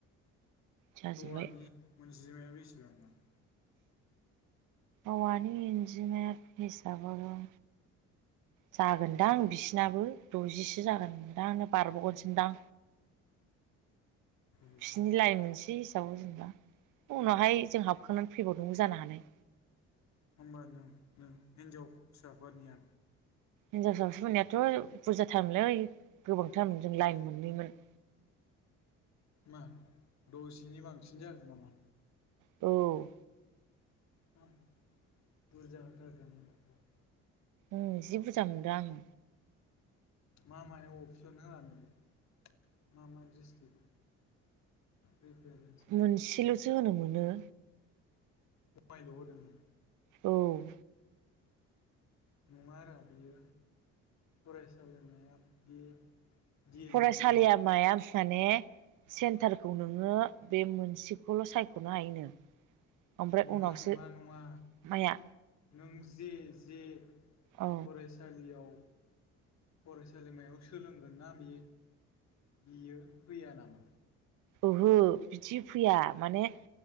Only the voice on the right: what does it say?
जाजोब्बाय
औवानि इनजिमा हिसाबाबो जागोनदां बिसिनाबो द'जिसो जागोनदां आनो बारब'गोनसोदां
बिसोरनि लाइन मोनसे औ जेनबा उनावहाय जों हाबखांनानै फैबावदोंबो जानो हानाय।
हिनजावसा फोरनियाथ ' बुरजाथारमोनलै गोबांथारमोन जों लाइन मोननैमोन।
औ
ओं जि बुरजा मोनदों आं
मोनसेल'सो होनो मोनो।
औ
फरायसालिया
माया माने सेन्टारखौ नोङो बे मोनसेखौल' सायख'नो हायोनो। ओमफ्राय
उनावसो
माया
औ
ओहो बिदि फैया माने